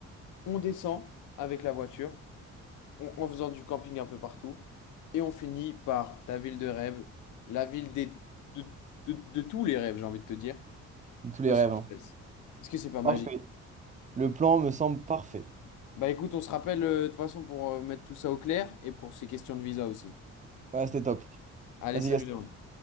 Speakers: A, on the left; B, on the right.
A: On descend avec la voiture, on- en faisant du camping un peu partout, et on finit par ta ville de rêve, la ville des, de, de- de tous les rêves, j'ai envie de te dire,
B: tous les
A: Los
B: rêves.
A: Angeles.
B: hein.
A: Est-ce que c'est pas
B: Parfait.
A: magique?
B: Le plan me semble parfait.
A: Bah écoute, on se rappelle euh, de toute façon pour euh, mettre tout ça au clair et pour ces questions de visa aussi.
B: Ouais, c'était top.
A: Allez,
B: Vas-y,
A: salut
B: Gaston.
A: Léon.